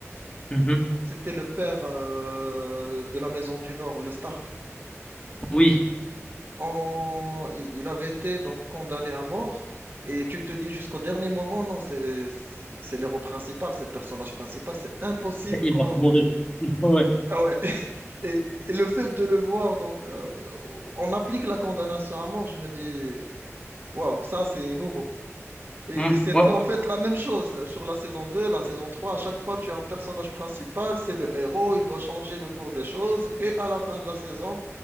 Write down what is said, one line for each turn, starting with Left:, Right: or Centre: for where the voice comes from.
Left: Mhm.
Right: C'était le père euh, de la Maison du Nord, le Stark.
Left: Oui,
Right: on- il il avait été donc condamné à mort. Et tu te dis jusqu'au dernier moment, non, c'est c'est l'héros principal, c'est le personnage principal, c'est impossible
Left: il
Right: qu'on...
Left: va mourir. <laughs> Ouais.
Right: Ah ouais. <laughs> Et, et le fait de le voir, donc, euh, on applique la condamnation à mort, je me dis, waouh, ça c'est nouveau. Et
Left: Mm.
Right: c'était
Left: Ouais, ouais.
Right: en fait la même chose sur la saison deux la saison trois À chaque fois, tu as un personnage principal, c'est le héros, il va changer le cours des choses. Et à la fin de la saison,